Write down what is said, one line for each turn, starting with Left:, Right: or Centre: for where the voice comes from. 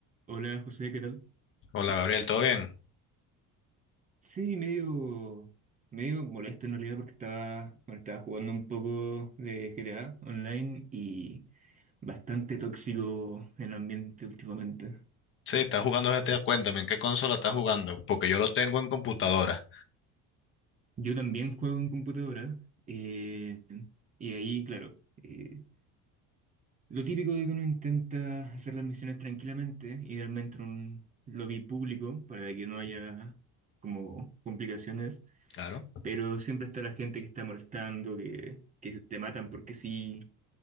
Right: Hola José, ¿qué tal?
Left: Hola Gabriel, ¿todo bien?
Right: Sí, medio, medio molesto en realidad porque estaba, bueno, estaba jugando un poco de GTA online y bastante tóxico el ambiente últimamente.
Left: Sí, estás jugando GTA, cuéntame, ¿en qué consola estás jugando? Porque yo lo tengo en computadora.
Right: Yo también juego en computadora eh, y ahí, claro, eh, lo típico de que uno intenta hacer las misiones tranquilamente, idealmente en un lobby público para que no haya como complicaciones
Left: Claro.
Right: Pero siempre está la gente que está molestando, que, que te matan porque sí,